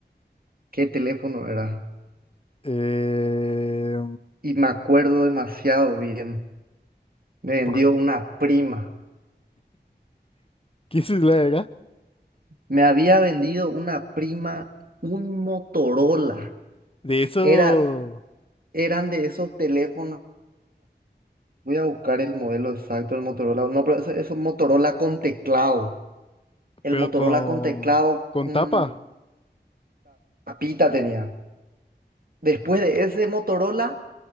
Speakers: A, on the right; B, on the left.
A: qué teléfono era.
B: Eh,
A: Y me acuerdo demasiado bien. Me vendió
B: ¿por
A: una prima.
B: qué <laughs> celular era?
A: Me había vendido una prima un Motorola.
B: De eso...
A: Era, eran de esos teléfonos. Voy a buscar el modelo exacto del Motorola. No, pero eso es un Motorola con teclado. El
B: Pero
A: Motorola
B: con,
A: con teclado,
B: con
A: un
B: tapa.
A: tapita tenía. Después de ese Motorola,